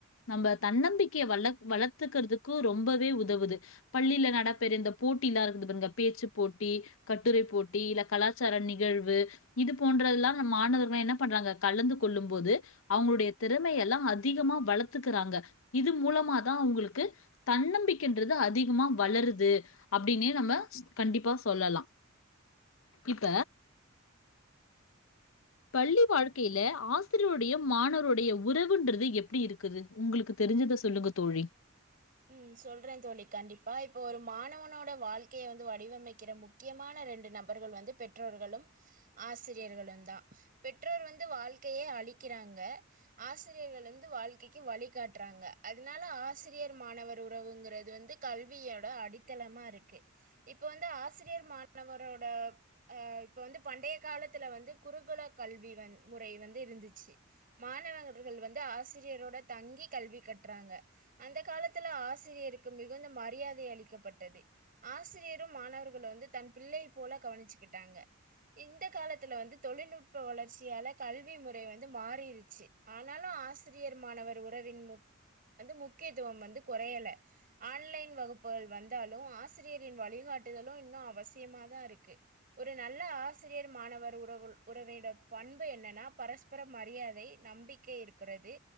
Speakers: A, on the left; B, on the right.
A: நம்ம தன்னம்பிக்கைய வள வளத்துக்கறதுக்கு ரொம்பவே உதவுது பள்ளில நடபெற இந்த போட்டிலா இருக்குது பாருங்க இந்த பேச்சு போட்டி கட்டுரை போட்டி இல்ல கலாச்சார நிகழ்வு இது போன்றல்லா அந்த மாணவர்கள்ல என்ன பண்றாங்க கலந்து கொள்ளும் போது அவுங்களுடைய திறமை எல்லா அதிகமா வளத்துக்கிறாங்க இது மூலமா தா அவுங்களுக்கு தன்னம்பிக்கைன்றது அதிகமா வளருது அப்டினே நம்ம கண்டிப்பா சொல்லலா இப்ப பள்ளி வாழ்க்கையில ஆசிரியருடைய மாணவருடைய உறவுன்றது எப்டி இருக்குது உங்களுக்கு தெரிஞ்சத சொல்லுங்க தோழி
B: ம் சொல்ற தோழி கண்டிப்பா இப்ப ஒரு மாணவனோட வாழ்க்கைய வந்து வடிவமைக்கிற முக் கியமான ரெண்டு நபர்கள் வந்து பெற்றோர்களும் ஆசிரியர்களுந்தா பெற்றோர்கள் வந்து வாழ்க்கையே அழிக்கிறாங்க ஆசிரியர்கள் வந்து வாழ்க்கைக்கு வழி காட்டுறாங்க அதனால ஆசிரியர் மாணவர் உறவுங்கிறது வந்து கல்வியோட அடித்தளமா இருக்கு இப்ப வந்து ஆசிரியர் மாணவரோட அ இப்ப வந்து பண்டைய காலத்துல வந்து குருகுல கல்வி வ முறை வந்து இருந்துச்சு மாணவர்கள் வந்து ஆசிரியரோட தங்கி கல்வி கட்றாங்க அந்த காலத்துல ஆசிரியருக்கு மிகுந்த மரியாதை அளிக்கப்பட்டது ஆசிரியரும் மாணவர்கள வந்து தன் பிள்ளைபோல கவனிச்சுக்கிட்டாங்க இந்த காலத்துல வந்து தொழில்நுட்ப வளர்ச்சியால கல்வி முறை வந்து மாறிருச்சு ஆனாலு ஆசிரியர் மாணவர் உறவின் மு வந்து முக்கியத்துவம் வந்து கொறையல ஆன்லைன் வகுப்புகள் வந்தாலு ஆசிரியரின் வழிகாட்டுதலு இன்னு அவசியமாதா இருக்கு ஒரு நல்ல ஆசிரியர் மாணவர் உறவு உறவேட பண்பு என்னனா பரஸ் அப்புற மரியாதை நம்பிக்கை இருக்கிறது